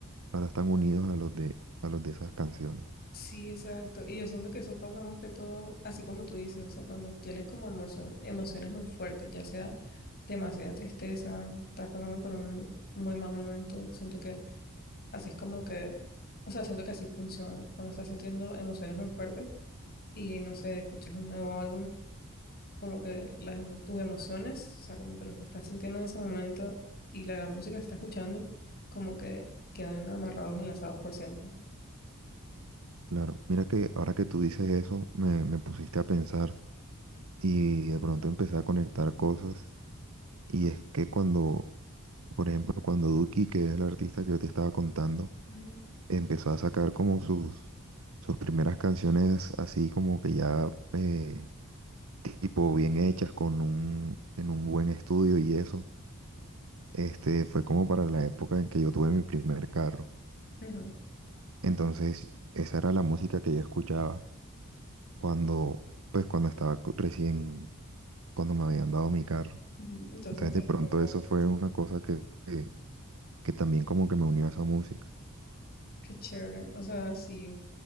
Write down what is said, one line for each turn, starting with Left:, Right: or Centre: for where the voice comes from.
Right: ahora están unidos a los de, a los de esas canciones.
Left: Sí, exacto. Y yo siento que eso pasa más que todo, así como tú dices, o sea, cuando tienes como emocio- emociones muy fuertes, ya sea demasiada tristeza, estás pasando por un muy mal momento, siento que así es como que, o sea, siento que así funciona, cuando estás sintiendo emociones muy fuertes y, no sé, escuchas un nuevo álbum. como que las, emo- tus emociones, o sea, como que lo que estás sintiendo en ese momento y la música que estás escuchando, como que quedan amarrados, enlazados por siempre.
Right: Claro, mira que ahora que tú dices eso, me, me pusiste a pensar y de pronto empecé a conectar cosas. Y es que cuando, por ejemplo, cuando Duki, que es el artista que yo te estaba contando,
Left: Ujú,
Right: empezó a sacar como sus, sus primeras canciones así como que ya eh, tipo bien hechas, con un, en un buen estudio y eso Este, fue como para la época en que yo tuve mi primer carro.
Left: ujú,
Right: Entonces, esa era la música que yo escuchaba cuando, pues, cuando estaba co- recién, cuando me habían dado mi carro.
Left: ujú. Entonces
Right: Entonces,
Left: te
Right: de pronto
Left: recuerda,
Right: eso fue
Left: pues,
Right: una cosa que, que, que también como que me unió a esa música.
Left: qué chévere. O sea, sí,